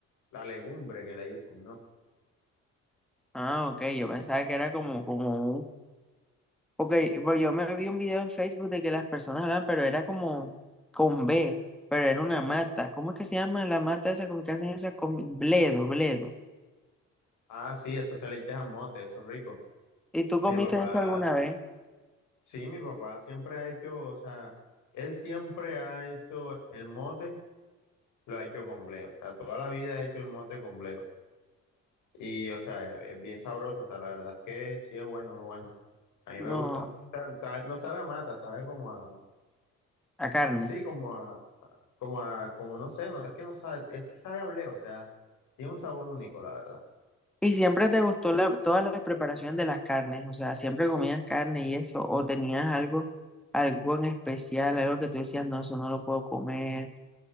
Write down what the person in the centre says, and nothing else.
Ah, ok, yo pensaba que era como, como Ok, pues yo me vi un video en Facebook de que las personas hablaban, pero era como con B, pero era una mata. ¿Cómo es que se llama la mata esa con que hacen esas comidas? Bledo, bledo.
¿Y tú comiste
eso alguna vez?
No,
a carne.
¿Y siempre te gustó la, todas las preparaciones de las carnes? O sea, ¿siempre comías carne y eso? ¿O tenías algo, algo en especial, algo que tú decías, no, eso no lo puedo comer